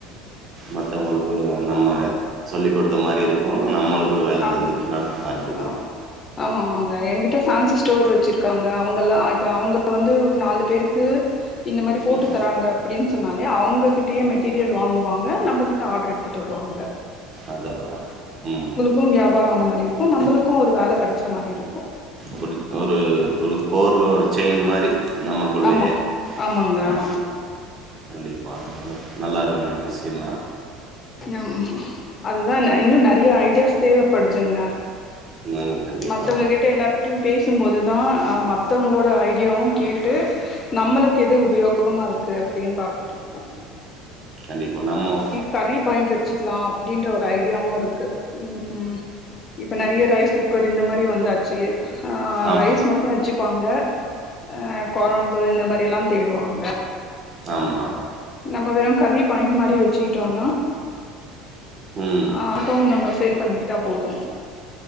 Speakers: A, on the right; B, on the left.
A: மத்தவுங்களுக்கு நம்ம சொல்லி கொடுத்த மாரி இருக்கு நம்மளுக்கு வேல
B: ஆமா
A: இது நடந்த மாதிரி இருக்கு
B: ஆ ஆமா ஆமாங்க எங்கிட்ட பேன்சி ஸ்டோர் வச்சிருக்காங்க அவுங்கல்லா இப்ப அவுங்க வந்து ஒரு நாலு பேருக்கு இந்த மாரி போட்டு
A: ம்.
B: தராங்க அப்டின் சொன்னாலே அவுங்ககிட்டயே மெட்டீரியல் வாங்குவாங்க நம்மகிட்ட ஆர்டர் எடுத்துட்டு வருவாங்க
A: அத அதா ம்
B: கும் வியாபார ஆன மாரி இருக்கு நம்புளுக்கு ஒரு வேல கெட்ச்ச மாரி இருக்கு
A: ஒரு ஒரு ஒரு கோர்வ ஒரு செயின் மாரி நமக்குள்ளயே
B: ஆமா ஆமாங்க
A: அ
B: ஆமா
A: கண்டிப்பாக நல்ல நல்லா அருமையான விஷ்சியம் தா
B: ம் அதுதா இன் இன்னு நெறைய ஐடியாஸ் தேவப்படுதுங்க
A: ம் கண்டிப்பா
B: மத்தவங்கிட்ட எல்லார் கிட் டியு பேசும்போது தா அ மத்தவுங்களோட ஐடியாவு கேட்டு நம்மளுக்கு எது உபயோகமா இருக்கு அப்டின் பாத்துட்ருக்கோ
A: கண்டிப்பா நம்மோ
B: கறி பாயிண்ட் வச்சிக்லா அப்டின்ற ஒரு ஐடியாவு இருக்கு ம் இப்ப நறிய ரைஸ் குக்கர் இந்த மாரி வந்தாச்சு
A: ஆம்
B: ரைஸ் மட்டு வச்சுப்பாங்க அ கொழம்பு இந்த மாரிலா தேடுவாங்க
A: ஆமா
B: நம்ம வெறு கறி பாயிண்ட் மாரி வெச்சிக்கிட்டோன்னா
A: ம்.
B: அ அதுவு நம்ப சேல் பண்ணிக்கிட்டா போது